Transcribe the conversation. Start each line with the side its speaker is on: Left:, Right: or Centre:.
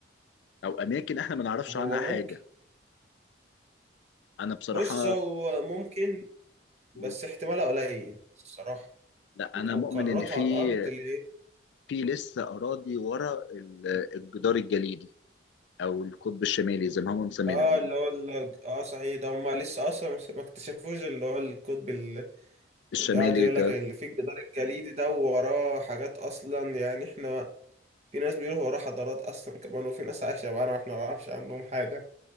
Left: او اماكن احنا ما نعرفش
Right: هو
Left: عنها
Right: ممكن
Left: حاجه انا بصراحه
Right: بص هو ممكن بس
Left: بقول
Right: احتمالها قليل الصراحة
Left: لا
Right: لو
Left: انا مؤمن
Right: كرات
Left: ان في
Right: على الأرض اللي
Left: في لسه اراضي ورا ال- الجدار الجليدي او القطب الشمالي زي ما هم مسمينها
Right: اه اللي هو ال... اه صحيح ده هما لسه أصلا ما ما اكتشفوش اللي هو القطب ال-
Left: الشمالي
Right: اللي قاعد يقول
Left: ده
Right: لك اللي فيه الجدار الجليدي ده وراه حاجات أصلا يعني احنا في ناس بيقولوا وراه حضارات أصلا كمان وفي ناس عايشة معانا واحنا ما نعرفش عنهم حاجة